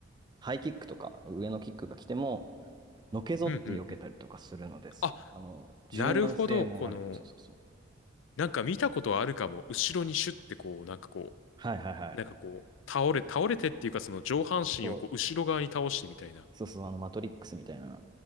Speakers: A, on the right; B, on the left.
A: ハイキックとか、上のキックが来ても、のけぞって避けたりとかするのです。
B: うんうんうん。あ、
A: あの、柔軟性もある。
B: なるほど。この、
A: そうそうそう。
B: なんか見たことあるかも。後ろにシュッてこう、なんかこ
A: はいはいはい。
B: う、なんかこう、倒れ、倒れてっていうか、その上半身をこう、
A: そう
B: 後ろ側に倒してみたいな、
A: そうそう、あの、マトリックスみたいな。